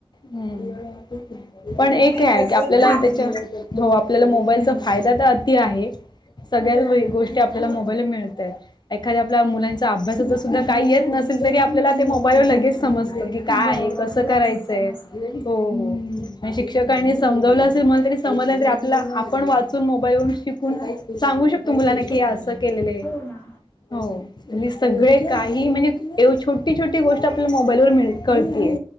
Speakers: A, on the left (about 45°); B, on the left (about 20°).
A: हम्म, पण एके
B: नाही तसं
A: की आपल्याला
B: एक छान
A: त्याच्या आपल्याला मोबाईलचा फायदा त अति आहे. सगळ्या गोष्टी आ ल्याला मोबाईलव मिळतायेत. एखाद्या आपल्या मुलांचा अभ्यासाच सुद्धा काही येत नसेल तरी आपल्याला ते मोबाईलवर लगेच. समजत की काय
B: बरोबर
A: आहे कसं
B: लगेच
A: करायचंय
B: समजतं
A: हो हो. शिक्षकांनी समजवलं असेल म्हण तरी समजलं तरी आपला आपण वाचून मोबाईल वून शिकून. सांगू शकतो मुलाना
B: शिकवू
A: कि असं
B: शकतो
A: केलेलं
B: हो ना
A: हो. आणि सगळे काही म्हणजे एव छोटी छोटी गोष्ट आपल्याला मोबाईलवर मिळ कळतीय.